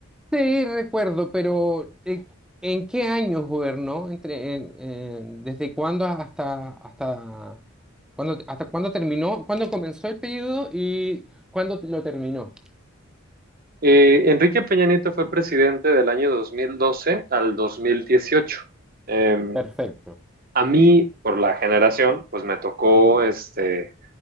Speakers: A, in the centre; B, on the right.
A: Sí, recuerdo, pero ¿en, en qué año gobernó? Entre, en- en- ¿desde cuándo hasta, hasta, cuándo, hasta cuándo terminó? ¿Cuándo comenzó el periodo y cuándo lo terminó?
B: Eh, Enrique Peña Nieto fue presidente del año 2012 al 2018. Eh,
A: Perfecto,
B: a mí, por la generación, pues me tocó este